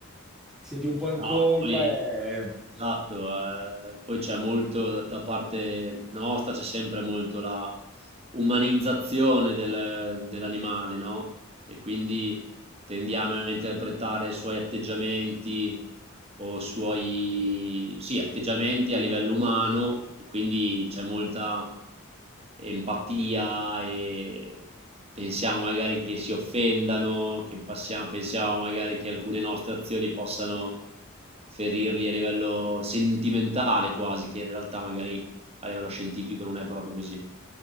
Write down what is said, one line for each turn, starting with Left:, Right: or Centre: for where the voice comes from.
Centre: ti senti un po' in
Right: No,
Centre: colpa
Right: poi,
Centre: e...
Right: esatto, eh, poi c'è molto da parte nostra, c'è sempre molto la umanizzazione del- dell'animale, no? E quindi tendiamo a interpretare i suoi atteggiamenti o suoi, sì, atteggiamenti a livello umano e quindi c'è molta empatia e pensiamo magari che si offendano, che passiamo- pensiamo magari che alcune nostre azioni possano ferirli a livello sentimentale quasi, che in realtà magari a livello scientifico non è proprio così.